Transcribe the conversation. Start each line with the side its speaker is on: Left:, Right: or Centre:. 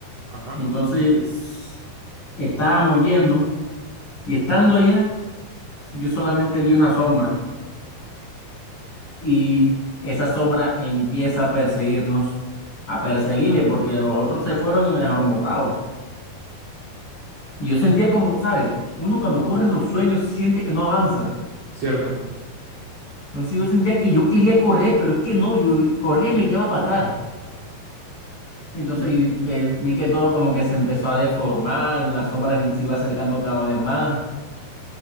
Right: Ajá.
Left: Entonces estábamos yendo y estando allá, yo solamente vi una sombra y esa sombra empieza a perseguirnos, a perseguirme porque los otros se fueron y me dejaron botado. Y yo
Right: Y
Left: sentía
Right: cu-
Left: como, ¿sabes? Uno cuando corre en los sueños siente que no avanza.
Right: Cierto.
Left: Entonces yo sentía que yo quería correr, pero es que no, yo corría y me quedaba para atrás. Y entonces
Right: Y,
Left: y que vi que todo como que se empezó a deformar, la sombra se iba acercando cada vez más.